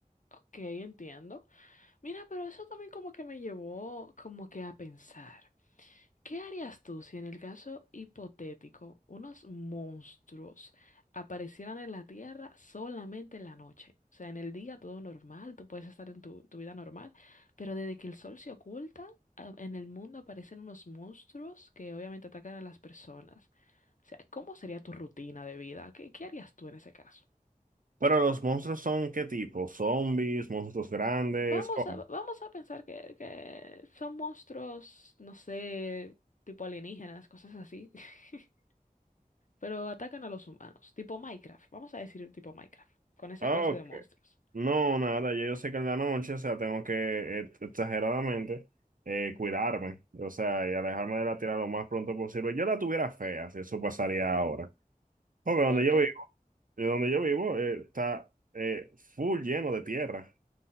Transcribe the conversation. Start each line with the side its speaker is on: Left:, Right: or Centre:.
Left: ok, entiendo. Mira, pero eso también como que me llevó como que a pensar. ¿Qué harías tú si en el caso hipotético unos monstruos aparecieran en la Tierra solamente en la noche? O sea, en el día todo normal, tú puedes estar en tu, tu vida normal, pero desde que el sol se oculta, a- en el mundo aparecen unos monstruos que obviamente atacan a las personas. O sea, ¿cómo sería tu rutina de vida? ¿Qué, qué harías tú en ese caso?
Right: Pero los monstruos son ¿qué tipo? ¿Zombies? ¿Monstruos grandes?
Left: Vamos
Right: ¿Cómo?
Left: a, vamos a pensar que, que son monstruos, no sé, tipo alienígenas, cosas así. <laughs> pero atacan a los humanos, tipo Minecraft, vamos a decir tipo Minecraft, con esa
Right: Ah,
Left: clase
Right: Ok,
Left: de monstruos.
Right: No, nada, ya yo sé que en la noche, o sea, tengo que eh, exageradamente eh, cuidarme, o sea, y alejarme de la tierra lo más pronto posible. Yo la tuviera fea, si eso pasaría ahora. Porque donde
Left: ¿Por
Right: yo
Left: qué?
Right: vivo, eh, donde yo vivo eh, está eh, full lleno de tierra.